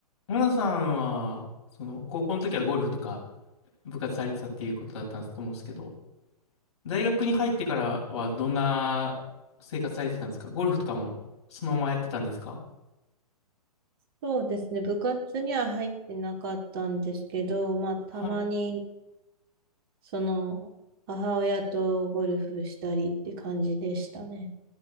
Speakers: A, on the left; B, on the right.
A: モナさんは、その、高校の時はゴルフとか部活されてたっていうことだったと思うんですけど、大学に入ってからはどんな生活されてたんですかゴルフとかもそのままやってたんですか
B: そうですね。部活には入ってなかったんですけど、まあ、たまに、
A: はい。
B: その、母親とゴルフしたりって感じでしたね。